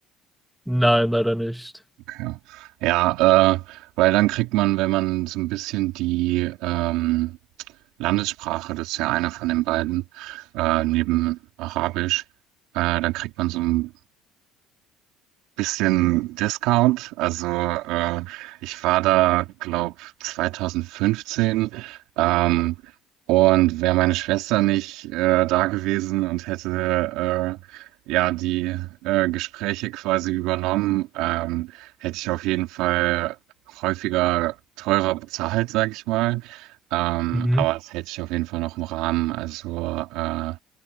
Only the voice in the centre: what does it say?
Nein, leider nicht.
Mhm.